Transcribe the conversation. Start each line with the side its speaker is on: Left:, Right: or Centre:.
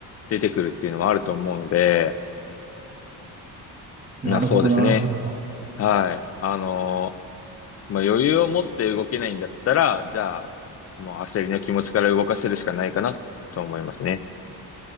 Left: 出てくるっていうのはあると思うので、
Right: なるほど、
Left: まあそうですね。
Right: なるほど。
Left: はい。あのまあ余裕を持って動けないんだったら、じゃあ、もう焦りの気持ちから動かせるしかないかなと思いますね。